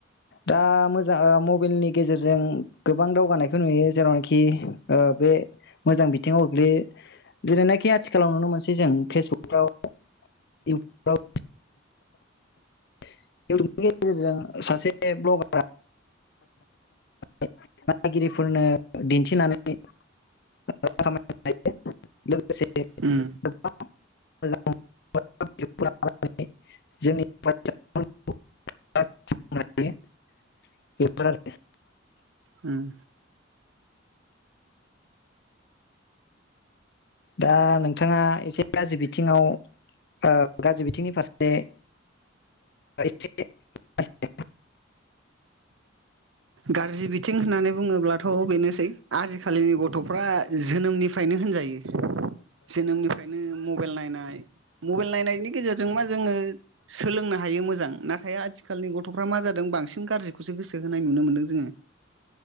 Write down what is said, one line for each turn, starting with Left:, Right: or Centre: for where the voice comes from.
Left: दा मोजा ओ मबेइलनि गेजेरजों गोबां दावगानायखौ नुयो जेरावनोखि ओ बे मोजां बिथिंङाव गोग्लैयो जेरैनाखि आथिखालाव नुनो मोनसै जों फेसबुकफ्राव इउतुब इउतुबनि गेजेरजों सासे भ्लगारा <inaudible> नायगिरिफोरनो दिन्थिनानै <inaudible> खामायनो हायो लोगो लोगोसे गोबां
Right: उम
Left: मोजां <unintelligible>
Right: उम
Left: दा नोंथाङा एसे गाज्रि बिथिङाव ओ गाज्रि बिथिंनि फारसे एसे <inaudible>
Right: गाज्रि बिथिं होननानै बुङोब्लाथ' बेनोसै आजिखालिनि गथ'फ्रा जोनोमनिफ्रायनो होनजायो जोनोमनिफ्रायनो मबाइल नायनाय मबेल नायनायनि गेजेरजों मा जोङो सोलोंनो हायो मोजां नाथाय आथिखालनि गथ'फ्रा मा जादों बांसिन सिन‌ गाज्रिखौसो गोसो होनाय नुनो मोनदों जोङो।